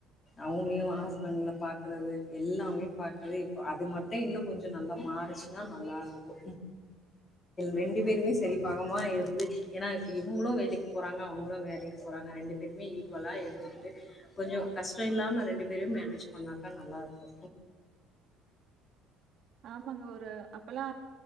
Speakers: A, on the left; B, on the right.
A: அவங்களையு ஹஸ்பண்ட்ங்ல பாக்குரது எல்லாமே பாக்குரது இப்ப அது மட்டு இன்னு கொஞ்ச நல்லா மாறிச்சுன்னா நல்லா இருக்கு ரெண் டு பேருமே சரி பாகமா இருந்து ஏன்னா இப்ப இவங்களு வேலைக்கு போறாங்க அவங்களு வேலைக்கு போறாங்க ரெண்டு பேருமே ஈக்குவலா எடுத்துக்கிட்டு கொஞ்ச கஷ்ட இல்லாம ரெண்டு பேரும் மேனேஜ் பண்ணாக்கா நல்லா இருக்கு
B: ஆமாங்க ஒரு அப்பல்லா